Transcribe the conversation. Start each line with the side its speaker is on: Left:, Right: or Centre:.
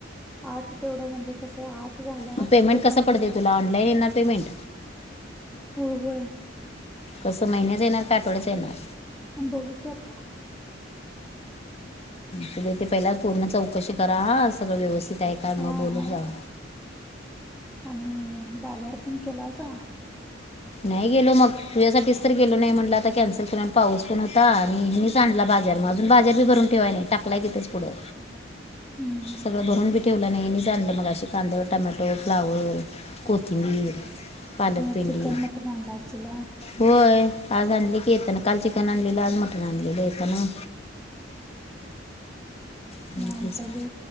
Centre: आठ तेवढं म्हणजे कसं आठ झाल्या
Left: मग पेमेंट
Centre: ते
Left: कसं
Centre: कॉल
Left: पडते तुला ऑनलान येणार पेमेंट
Centre: हो होय
Left: कसं महिन्याच येणार का आठवड्याच येणार?
Centre: बघू की आता.
Left: बर ब ते पहिल्या पूर्ण चौकशी करा सगळं व्यवस्थित. त्याही काय
Centre: हां
Left: मग बोलू
Centre: हां
Left: जाव.
Centre: आणि बाजारातन केला असा?
Left: नाही गेलो मग तुझ्यासाठीच तर गेलो नाही म्हटलं आता कॅन्सल करून पाऊस पण होता आणि चांला बाजार मा अजून बाजार भी भरून ठेवाय नाही टकलाय तिथच पुढं.
Centre: <inaudible> हम्म.
Left: सगळं भरून बी ठेवलं नाही जाणलं मग अे कांदे टमॅटो फ्लावर कोथिंबीर पालक
Centre: मग
Left: पेंडी
Centre: चिकन, मटण आणला असचीला?
Left: होय आज आणली की येताना काल चिकन आणलेलं आज मटण आणलेलं येताना. हं,
Centre: म आमचा
Left: तेच ना.
Centre: वी